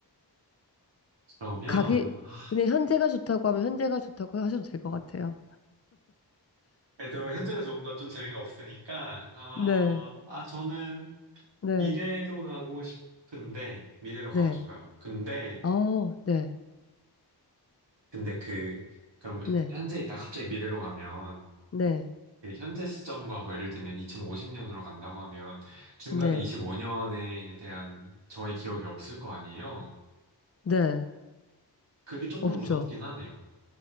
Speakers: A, on the right (about 90°); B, on the left (about 35°).
A: 그러면,
B: 가기,
A: 아,
B: 그냥 현재가 좋다고 하면 현재가 좋다고 하셔도 될 것 같아요.
A: 그래도 현재가좋 뭔가 좀 재미가 없으니까, 아,
B: 네,
A: 아, 저는
B: 네,
A: 미래로 가고 싶은데, 미래로
B: 네.
A: 가고 싶어요. 근데,
B: 어, 네,
A: 근데 그, 그럼
B: 네,
A: 현재 있다 갑자기 미래로 가면,
B: 네,
A: 그 현재 시점과 뭐 예를 들면 2050년으로 간다고 하면, 중간에
B: 네,
A: 25년에 대한 저의 기억이 없을 거 아니에요?
B: 네.
A: 그게 조금
B: 없죠.
A: 무섭긴 하네요.